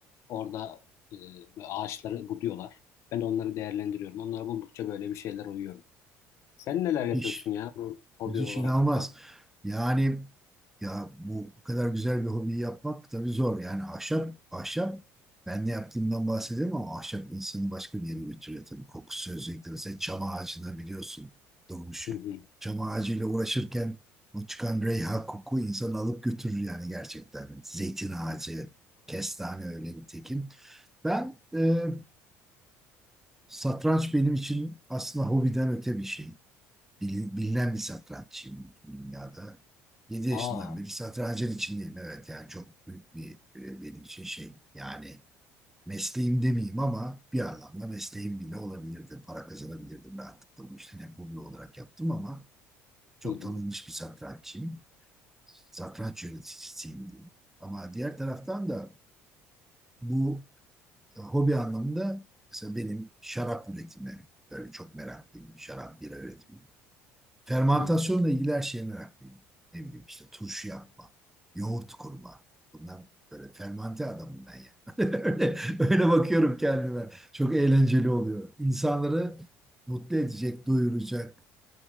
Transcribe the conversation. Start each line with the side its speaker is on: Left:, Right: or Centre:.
Left: Orada e, böyle ağaçları buduyorlar. Ben de onları değerlendiriyorum. Onları buldukça böyle bir şeyler uyuyorum. Sen neler yapıyorsun
Centre: Müthiş.
Left: ya bu hobi
Centre: Müthiş
Left: olarak
Centre: inanılmaz.
Left: falan?
Centre: Yani ya bu, bu kadar güzel bir hobiyi yapmak tabii zor. Yani ahşap, ahşap ben ne yaptığımdan bahsedeyim ama ahşap insanı başka bir yere götürüyor tabii. Kokusu özellikle mesela çam ağacına biliyorsun doğmuş.
Left: Hı hı.
Centre: Çam ağacıyla uğraşırken o çıkan reyha koku insanı alıp götürür yani gerçekten. Zeytin ağacı, kestane öyle nitekim. Ben e, satranç benim için aslında hobiden öte bir şey. Bilin- bilinen bir satranççıyım dünyada. 7 yaşından
Left: Aa.
Centre: beri satrancın içindeyim. Evet yani çok büyük bir e, benim için şey. Yani mesleğim demeyeyim ama bir anlamda mesleğim bile olabilirdi. Para kazanabilirdim rahatlıkla bu işten. Hep hobi olarak yaptım ama çok
Left: Hı hı.
Centre: tanınmış bir satranççıyım. Satranç yöneticisiyim diyeyim. Ama diğer taraftan da bu e, hobi anlamında mesela benim şarap üretimi böyle çok meraklıyım. Şarap, bira üretimi. Fermantasyonla
Left: Hı
Centre: ilgili her şeye meraklıyım. Ne bileyim işte turşu yapma, yoğurt kurma. Bunlar böyle fermante adamım ben yani. <laughs> Öyle, öyle bakıyorum kendime. Çok eğlenceli oluyor. İnsanları mutlu edecek, doyuracak,